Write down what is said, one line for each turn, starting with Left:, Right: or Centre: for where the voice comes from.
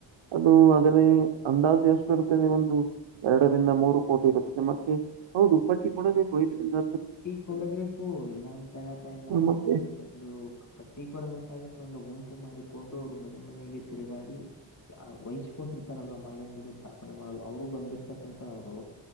Right: ಅದು ಅದರೆ ಅಂದಾಜು ಎಷ್ಟು ಇರುತದೆ ಒಂದು ಎರಡು ರಿಂದ ಮೂರು ಕೋಟಿ ಇರುತ್ತೆ ಮತ್ತೆ ಹೌದು ಪಟ್ಟಿ ಕೂಡ ಬೇಕು ಇದರಿಂದ
Left: ಪಟ್ಟಿ ಕೊಡಬೇಕು ಇಲ್ಲ ಅಂತ ಹೇಳ್ತಾ ಇಲ್ಲ
Right: ಮತ್ತೆ
Left: ಅಲ್ಲಿ ಒಂದು ಪಟ್ಟಿ ಕೊಡಬೇಕಾದ್ರೆ ಒಂದು ಗುಂಪು ಮಾಡಿಕೊಂಡು ಅವರು ಮನೆ ಮನೆಗೆ ತಿರುಗಾಡಿ ವಹಿಸ್ಕೊಂಡಿರ್ತಾರಲ್ವಾ ಮಲ್ಲಂಗ ಉಡಿಸ ಸ್ತಾಪ ಪನೆ ಮಾಡಲ್ಲ ಅವರು ಬಂದಿರ್ತಕ್ಕಂತ ಅವ್ರು